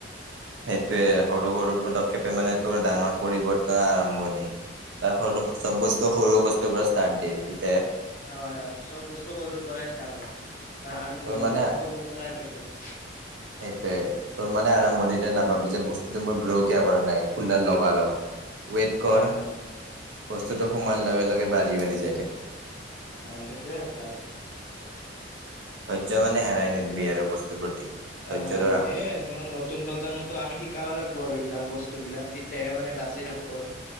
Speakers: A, on the right (about 80°); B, on the left (about 45°).
A: সেইটোৱে সৰু সৰু পদক্ষেপে মানে তোৰ ডাঙৰ পৰিৱৰ্তনৰ আৰম্ভণি তাৰ চব বস্তু সৰুৱ বস্তুৰ পৰা ষ্টাৰ্ দিয়ে ঠ
B: হয়, হয়, চব বস্তু সৰুৰ পৰাই ষ্টাৰ্ট হয়, আমিও
A: তোৰ
B: জন্মও
A: মানে
B: সৰুৰ পৰাই পাইছো। <inaudible>
A: সেইটোৱে, তোৰ মানে আৰম্ভণিতে নাভাবি যে, বস্তুটো মই <unintelligible> কিয় কৰা নাই, খুলডাল লগা- লগ। ৱেইট
B: হা
A: কৰ,
B: হা
A: বস্তুটো সোমোৱাৰ লগে-লগে বাঢ়ি-বাঢ়ি যায় থাকিব।
B: অ সেইটোয়ে কথা আৰু
A: ধৈৰ্য্য মানে হেৰাই নিদবি আৰু বস্তুৰ প্ৰতি ধৈৰ্য্যটো
B: অ অ
A: ৰাখবি
B: সেইয়াই আৰু মানে নতুন প্ৰজন্মতো আমি শিকাব লাগিব আৰু এইবিলাক বস্তু বিলাক তেতিয়াহে মানে বাচি থাকিব আৰু